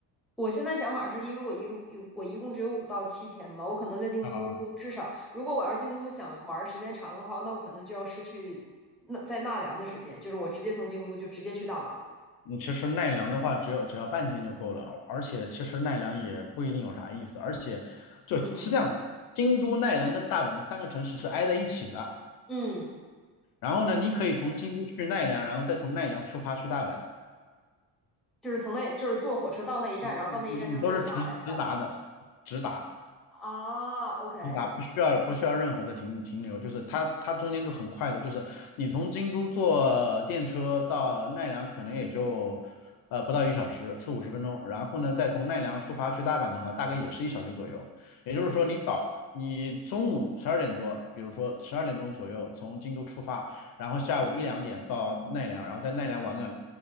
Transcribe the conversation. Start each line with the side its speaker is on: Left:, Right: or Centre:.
Centre: 我现在想法是因为我一共有我一共只有五到七天嘛，我可能在京都至少，
Left: 啊，
Centre: 如果我要是京都想玩儿时间长的话，那我可能就要失去那在奈良的时间，就是我直接从京都就直接去大阪了，
Left: 你其实奈良的话，只有只要半天就够了，而且其实奈良也不一定有啥意思，而且就是这样的，
Centre: 嗯
Left: 京都、奈良跟大阪这三个城市是挨在一起的，
Centre: 嗯。
Left: 然后呢，你可以从京都去奈良，然后再从奈良出发去大阪，
Centre: 就是从那就是坐火车到那一站，
Left: 嗯嗯嗯，
Centre: 然后到那一站之后再下来，
Left: 都是直直达的，
Centre: 下来
Left: 直达。
Centre: 啊，OK，
Left: 直达不需要不需要任何的停停留，就是它它中间就很快的，就是你从京都坐电车到奈良可能也就呃不到一小时，四五十分钟，然后呢再从奈良出发去大阪的话，大概也是一小时左右。也就是说你早你中午十二点多，
Centre: 嗯，
Left: 比如说十二点钟左右从京都出发，然后下午一两点到奈良，然后在奈良玩个